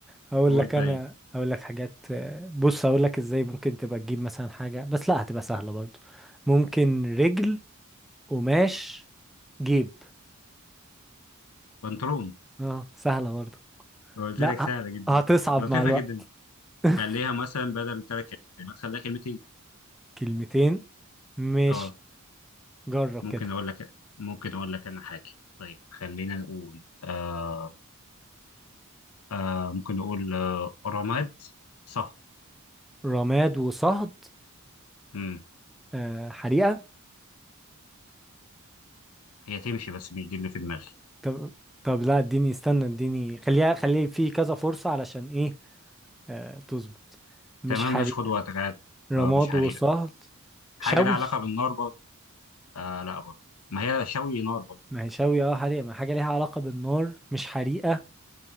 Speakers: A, in the centre; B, on the left.
A: هقول
B: قول
A: لك
B: طيب
A: انا هقول لك حاجات آه، بص هقول لك ازاي ممكن تبقى تجيب مثلا حاجة بس لا هتبقى سهلة برضو ممكن رجل قماش جيب
B: بنطلون
A: اه سهلة برضه
B: قلت
A: لا
B: لك سهلة جدا
A: ه- هتصعب
B: لطيفة
A: مع الوقت
B: جدا
A: <laughs>
B: خليها مثلا بدل تلات كلمات خليها كلمتين
A: كلمتين مش
B: اه
A: جرب
B: ممكن
A: كده
B: أقول لك ممكن أقول لك أنا حاجة طيب خلينا نقول آه آه ممكن نقول آه رماد صح
A: رماد وصهد
B: مم.
A: آه حريقة
B: هي تمشي بس مش دي اللي في دماغي
A: طب طب لا اديني استنى اديني خليها خليه في كذا فرصة علشان ايه آه تظبط مش
B: تمام
A: حريقة
B: ماشي خد وقتك عادي
A: رماد
B: آه مش حريقة
A: وصهد
B: حاجة
A: شوي
B: لها علاقة بالنار برضه آه لا برضه ما هي شوي نار برضه
A: ما هي شوي اه حريقة ما حاجة ليها علاقة بالنار مش حريقة